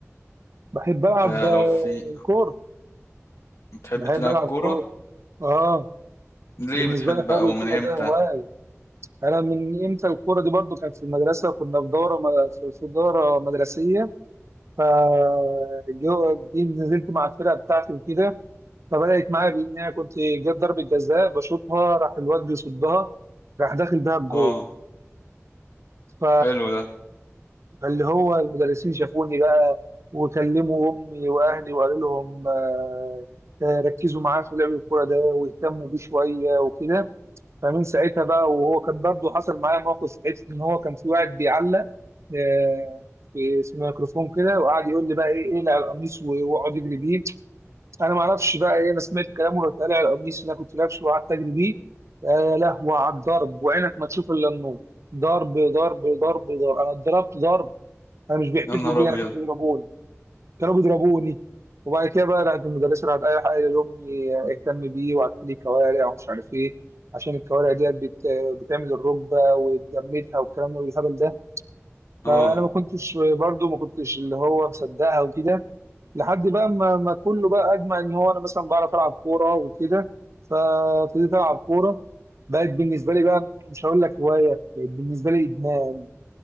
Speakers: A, on the right; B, on the left.
A: بحب العب
B: آه،
A: آه،
B: لو في
A: كوره
B: بتحب
A: بحب
B: تلعب
A: العب
B: كورة
A: كوره اه
B: ليه
A: بالنسبه
B: بتحب
A: لي حوار
B: أو
A: الكوره
B: من إمتى؟
A: ده هوايه انا من امتى الكوره دي برضو كانت في المدرسه وكنا في دوره في في دوره مدرسيه فجو جيت نزلت مع الفرقه بتاعتي وكده فبدات معايا بان انا كنت جت ضربه جزاء بشوطها راح الواد بيصدها راح داخل بيها الجول
B: آه
A: ف
B: حلو ده
A: فاللي هو المدرسين شافوني بقى وكلموا امي واهلي وقالوا لهم آه، آه، ركزوا معاه في لعب الكوره ده واهتموا بيه شويه وكده فمن ساعتها بقى وهو كان برضه حصل معايا موقف ساعتها ان هو كان في واحد بيعلق آه، في في الميكروفون كده وقعد يقول لي بقى ايه اقلع القميص و- واقعد اجري بيه انا ما اعرفش بقى ايه انا سمعت كلامه رحت قالع القميص اللي انا كنت لابسه وقعدت اجري بيه يا لهوي على الضرب وعينك ما تشوف الا النور ضرب ضرب ضرب ضرب انا اتضربت ضرب انا مش بيحتفلوا
B: يا نهار
A: بيا
B: ابيض
A: انا كانوا بيضربوني كانوا بيضربوني وبعد كده بقى راحت المدرسه راحت اي حاجه لامي اهتم بيه وقعدت لي كوارع ومش عارف ايه عشان الكوارع ديت بت... بتعمل الركبه وتجمدها والكلام ده والهبل ده
B: اه
A: فانا ما كنتش برضو ما كنتش اللي هو مصدقها وكده لحد بقى ما, ما كله بقى اجمع ان هو انا مثلا بعرف العب كوره وكده فابتديت العب كوره بقت بالنسبه لي بقى مش هقول لك هوايه بقت بالنسبه لي ادمان